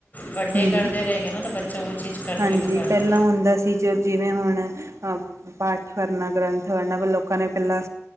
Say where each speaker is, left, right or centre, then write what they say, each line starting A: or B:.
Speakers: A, on the left; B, on the right.
A: ਵੱਡੇ
B: ਹੂੰ
A: ਕਰਦੇ
B: ਹੂੰ
A: ਰਏਗੇ ਨਾ ਤਾਂ ਬੱਚਾ ਓ ਚੀਜ਼ ਕੰਟੀਨਿਊ
B: ਹਾਂਜੀ
A: ਕਰਦਾ
B: ਪਹਿਲਾਂ ਹੁੰਦਾ ਸੀ ਜੋ ਜਿਵੇਂ ਹੁਣ ਆ ਪਾਠ ਕਰਨਾ, ਗ੍ਰੰਥ ਪੜ੍ਹਨਾ ਪਰ ਲੋਕਾਂ ਨੇ ਪਹਿਲਾਂ